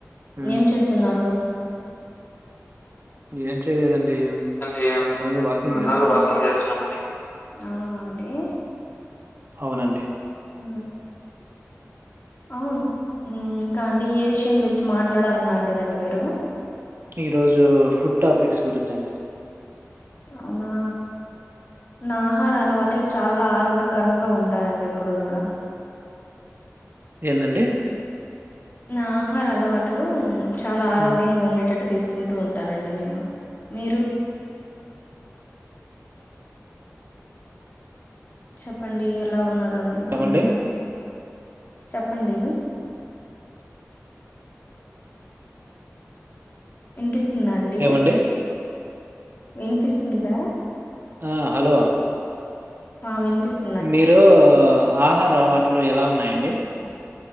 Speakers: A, on the right; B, on the left.
A: హ్మ్.
B: ఏం చేస్తున్నారు
A: ఏం చేయలేదండి
B: ఎంటి
A: సరదాగా వాకింగ్ చేస్తున్నానండి.
B: చదువు <unintelligible> అవునా అండి
A: అవునండి
B: ఉ అవును ఇంకా అండి ఏ విషయం గురించి మాట్లాడాలన్నారు గదండి మీరు
A: ఈ రోజు ఫుడ్ టాపిక్స్ గురించి అండి
B: అవునా నా ఆహారా అలవాట్లు చాలా ఆరోగ్యకరంగా ఉంటాయిడి ఎప్పుడు గూడా
A: ఏందండి
B: నా ఆహార అలవాట్లు చాలా ఆరోగ్యంగా
A: హ్మ్.
B: ఉండేటట్టు తీసుక్ కుంటూ ఉంటానండి నేను మీరు చెప్పండి ఎలా ఉన్నార్ అందరు బాగున్నారా
A: ఏమండి?
B: చెప్పండి వినిపిస్తుందా అండి
A: ఏమండి?
B: వినిపిస్తుందా
A: ఆ హలో
B: ఆ వినిపిస్తుంది
A: మీరు ఆహార అలవాట్లు ఎలా ఉన్నాయండి